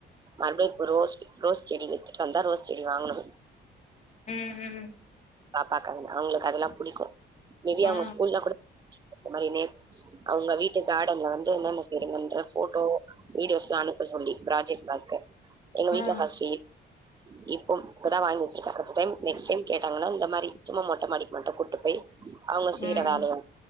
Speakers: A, on the right; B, on the left.
A: மறுப்டியு இப்ப ரோஸ் ரோஸ் செடி வித்துட்டு வந்தா ரோஸ் செடி வாங்கனு
B: ம் ம்
A: பாப்பாக்காக அவுங்களுக்கு அதெல்லா புடிக்கு மேபி அவுங்க
B: ஆ
A: ஸ்கூல்ல கூட இந்த மாரி நே அவுங்க வீட்டு கார்டன்ல வந்து என்னென்ன செய்றாங்கன்ற ஃபோட்டோ வீடியோஸ்லா அனுப்ப சொல்லி ப்ராஜெக்ட் ஒர்க்கு எங்க வீட்ல
B: ஆ
A: ஃபஸ்ட்டு இப்போ இப்பதா வாங்கி வச்சிருக்கன் ஃபஸ்ட் டைம் நெக்ஸ்ட் டைம் <unintelligible> நாங்களா இந்த மாரி சும்மா மொட்ட மாடிக்கு மட்டு கூட்டு போய் அவங்க செய்ற
B: ம் ம்
A: வேலைய <unintelligible>